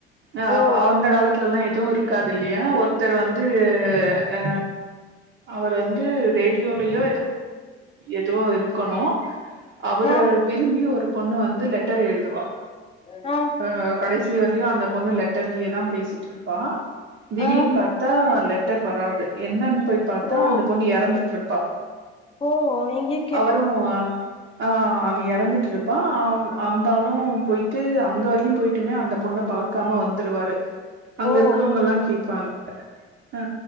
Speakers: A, on the right; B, on the left.
A: அ
B: ஓ
A: அந்த காலத் துலல்லா எதுவு இருக்காது இல்லையா ஒருத்தர் வந்து ஆ அவரு வந்து ரேடியோலயோ எதுவோ ஏதோ இருக்கணு அவரு
B: ஆ ஆ
A: விரும்பிய ஒரு பொண்ணு வந்து லெட்டர் எழுதுவா
B: ஆ
A: ஆ கடைசி வரலயு அந்த பொண்ணு லெட்டர்லயே தா பேசிட்டு இருப்பா திடீர்னு
B: ஆ
A: பாத்தா லெட்டர் வராது என்னன்னு போய் பாத்தா
B: ஓ
A: அந்த பொண்ணு எறந்துட்டுருப்பா
B: ஓ நீங்கே
A: அவரு அ ஆ அவ எறந்துட்டுர்ப்பா ஆ அந்தாளு போயிட்டு அங்க வரக்கி போயிட்டு போயிட்டுமே அந்த பொண்ண பாக்காம வந்துருவாரு அங்க
B: ஓ
A: இருக்கவங்க எல்லா கேப்பாங்க ஆ